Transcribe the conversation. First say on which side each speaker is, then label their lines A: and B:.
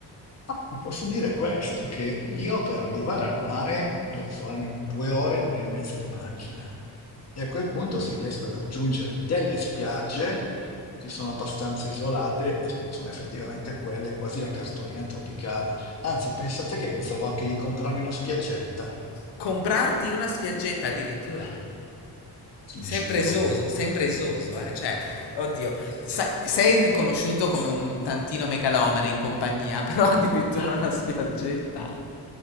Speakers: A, on the left; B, on the left.
A: ah, ti posso dire questo, che io per arrivare al mare devo farmi un due ore, due ore e mezza di macchina e a quel punto si riescono a raggiungere delle spiagge che sono abbastanza isolate e sono effettivamente quelle quasi la cartolina tropicale. Anzi, pensate che pensavo anche di comprarmi una spiaggetta.
B: Comprarti una spiaggetta addirittura? Sempre
A: Giuro.
B: esoso, sempre esoso, eh? Cioè, oddio, sa- sei riconosciuto come un tantino megalomane in compagnia, <laughs> però addirittura una spiaggetta.